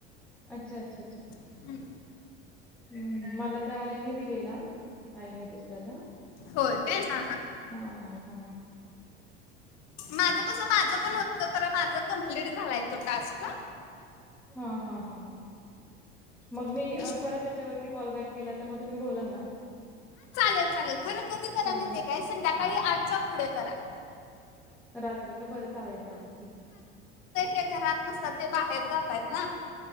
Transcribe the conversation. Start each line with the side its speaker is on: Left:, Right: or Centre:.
Centre: अच्छा, अच्छा, अच्छा
Left: हम्म.
Centre: हम्म मला त्या आईनने दिलेला आईने दुसऱ्या त्या
Left: होय काय हा, हा
Centre: हा, हा
Left: माझ कसं माझं पण होत खर माझ कंप्लीट झालाय तो टास्क
Centre: हा, हा, हा मग
Left: मिस्टर
Centre: मी परत त्याच्यावरती कॉल बॅक केला मग तुम्ही बोलाल ना
Left: तर चालेल खरं कधी करा
Centre: चालेल
Left: माहिती काय संध्याकाळी आठच्या पुढे करा
Centre: रात्री का बरं चालेय चालतंय ठीक आहे
Left: ते घरात नसतात ते बाहेर जातायत ना